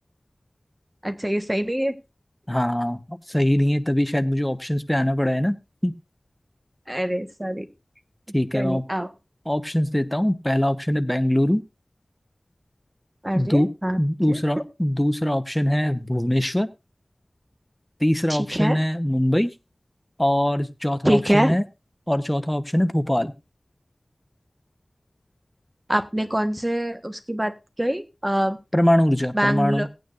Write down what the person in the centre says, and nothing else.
हाँ सही नहीं है तभी शायद मुझे ऑप्शंस पे आना पड़ा है ना <laughs>
ठीक है मैं
ऑप्शंस देता हूँ पहला ऑप्शन है बेंगलुरु
दू,
दूसरा दूसरा ऑप्शन है भुवनेश्वर तीसरा
ऑप्शन
है मुंबई और चौथा
ऑप्शन
है और चौथा ऑप्शन है भोपाल
परमाणु ऊर्जा
परमाणु